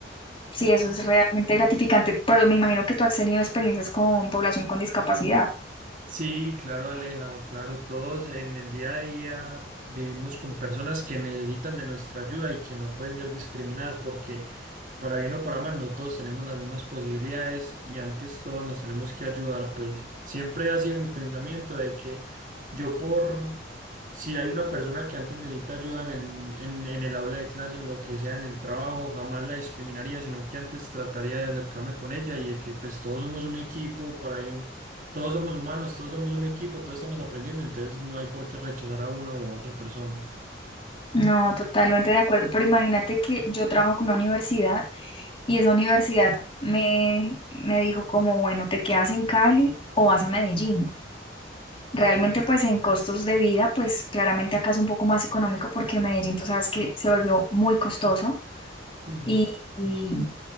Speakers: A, on the left; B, on the right.
A: Sí, eso es realmente gratificante, pero me imagino que tú has tenido experiencias con población con discapacidad.
B: Sí, claro, Aleja, claro, todos en el día a día vivimos con personas que necesitan de nuestra ayuda y que no pueden ser discriminadas porque para bien o para mal no todos tenemos las mismas posibilidades y antes todos nos tenemos que ayudar, pues siempre ha sido mi pensamiento de que yo por si hay una persona que antes necesita ayuda en el, en, en el aula de clase, en lo que sea, en el trabajo, jamás la discriminaría, sino que antes trataría de acercarme con ella y de que pues todos somos un equipo para bien todos somos humanos, todos somos un equipo, todos estamos aprendiendo, entonces no hay por qué rechazar a una u otra persona.
A: No, totalmente de acuerdo, pero imagínate que yo trabajo con una universidad y esa universidad me, me dijo como, bueno, te quedas en Cali o vas a Medellín. Realmente, pues en costos de vida, pues claramente acá es un poco más económico porque Medellín, tú sabes que se volvió muy costoso
B: Sí.
A: y, y,